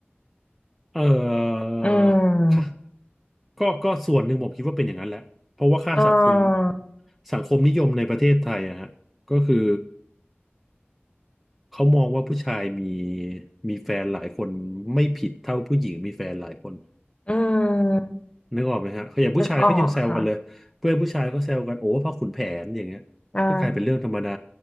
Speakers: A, in the centre; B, on the left.
A: เอ่อ
B: อืม
A: ค่ะก็ก็ส่วนหนึ่งผมคิดว่าเป็นอย่างนั้นแหละเพราะว่าค่าสังคม
B: อ่า
A: สังคมนิยมในประเทศไทยอะฮะก็คือเขามองว่าผู้ชายมีมีแฟนหลายคนไม่ผิดเท่าผู้หญิงมีแฟนหลายคน
B: อืม
A: นึกออกไหมฮะเขาอย่างผู้ชายเขายังแซวกันเลยเพื่อนผู้ชายเขาแซวกันโอ้พ่อขุนแผนอย่างเงี้ยก็กลายเป็นเรื่องธรรมดา
B: นึกออกค่ะอ่า